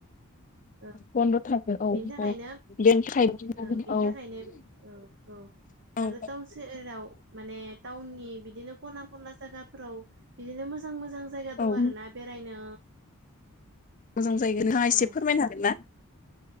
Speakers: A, on the right (about 50°); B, on the left (about 35°).
A: औ औ
B: बन्द' थागोन औ
A: बेनि थाखायनो
B: औ बेनि थाखाय
A: ओ बिनि
B: औ
A: थाखायनो औ औ
B: औ
A: आरो टाउन सोहोराव औ माने ताउननि बिदिनो खना खना जायगाफोराव बिदिनो मोजां मोजां जायगा दं
B: औ
A: आरोना बेरायनो
B: मोजां जाहैगोन नोंथांआ
A: औ
B: एसे फोरमायनो हागोन ना